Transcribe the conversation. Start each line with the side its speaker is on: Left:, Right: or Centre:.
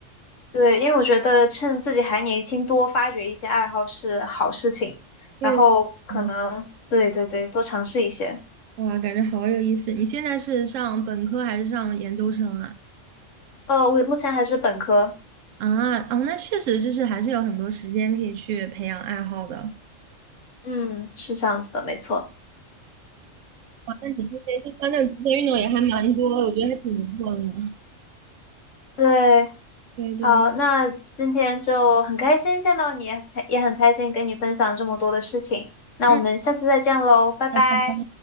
Left: 对，因为我觉得趁自己还年轻，多发掘一些爱好是好事情，
Right: 对，
Left: 然后可能对对对，
Right: 嗯
Left: 多尝试一些。
Right: 哇，感觉好有意思。你现在是上本科还是上研究生啊？
Left: 呃，我目前还是本科，
Right: 啊，哦，那确实就是还是有很多时间可以去培养爱好的。
Left: 嗯，是这样子的，没错。
Right: 哇，那你这些就像这种极限运动也还蛮多我觉得还挺不错的呢。
Left: 对。
Right: 对对，
Left: 好，那今天就很开心见到你，也很开心跟你分享这么多的事情。那我们下次再见喽，
Right: 嗯，
Left: 拜拜。
Right: 那拜拜。